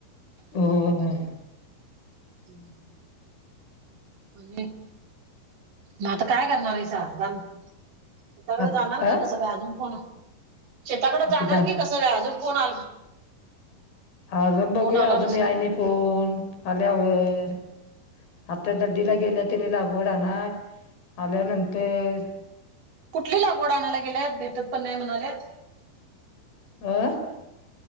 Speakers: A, on the left (about 70°); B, on the right (about 60°).
A: हम्म काय
B: हू आणि म आता काय करणारयसा बंद शेताकड
A: आता
B: जाणार
A: का
B: काय कसं काय अजून फोन शेताकड
A: आता
B: जाणार
A: जा
B: की कसं काय अजून फोन आला
A: अजून बघूया
B: फोन आला
A: अजून
B: नसेल
A: याय नि फोन आल्यावर. आता
B: हम्म
A: दडडीला
B: हम्म
A: गेल्या
B: हम्म
A: तने लागवड आण आल्यानंतर.
B: कुठली लागवड आणायला गेल्या आहेत भेटत पण नाही म्हणालेत.
A: आं.